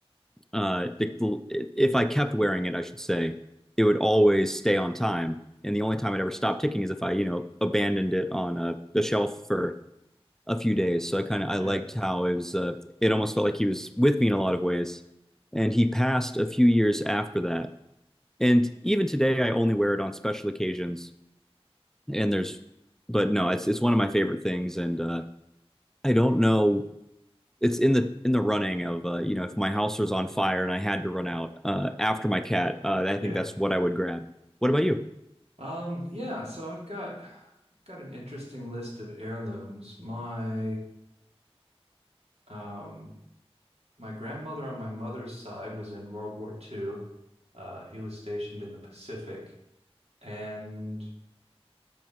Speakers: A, in the centre; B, on the right (about 85°).
A: uh, the- if I kept wearing it, I should say, it would always stay on time. And the only time it ever stopped ticking is if I, you know, abandoned it on a, the shelf for a few days. So I kind of I
B: Yeah.
A: liked how it was. Uh, it almost felt like he was with me in a lot of ways. And he passed a few years after that. And even today, I only wear it on special occasions. And there's, but no, it's it's one of my favorite things. And uh, I don't know. It's in the in the running of uh, you know if my house was on fire and I had to run out uh, after my cat, uh, I
B: Yeah.
A: think that's what I would grab. What about you?
B: Um, yeah, so I've got I've got an interesting list of heirlooms. My um my grandmother on my mother's side was in World War II. Uh, he was stationed in the Pacific, and